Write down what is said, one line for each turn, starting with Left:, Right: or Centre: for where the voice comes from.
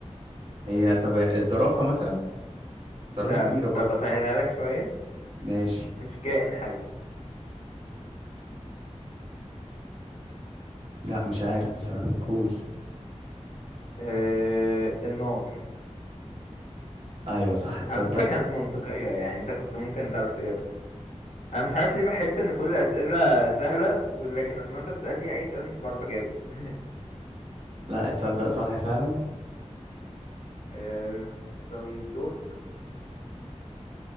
Right: هي طب الزرافة مثلا زرافة
Left: ده
Right: كبيرة برضو
Left: طب اسهلها لك شوية
Right: ماشي
Left: مش كائن حي
Right: لا مش عارف بصراحة قول
Left: آه النار
Right: ايوه صح تصدق
Left: على فكرة كانت منطقية يعني انت كنت ممكن تعرف تجيبها انا مش عارف ليه بحس ان كل الاسئلة سهلة ولكن لما انت بتسألني اي سؤال مش بعرف اجاوب <laughs>
Right: لا تصدق صح فعلا
Left: آه طيب دورك